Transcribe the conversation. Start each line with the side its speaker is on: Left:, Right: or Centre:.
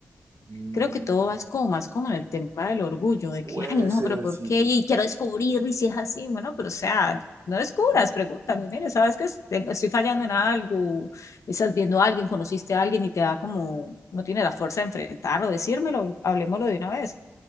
Right: mm,
Left: creo que todo va es como más como en el tema del orgullo, de
Right: puede
Left: que, ay, no,
Right: ser,
Left: pero ¿por
Right: sí,
Left: qué?
Right: tienes
Left: Y quiero
Right: razón.
Left: descubrir, y si es así, bueno, pero o sea, no descubras, pregúntame, mire, sabes que es- tengo- estoy fallando en algo, estás viendo a alguien, conociste a alguien y te da como, no tiene la fuerza de enfrentarlo, decírmelo, hablemoslo de una vez.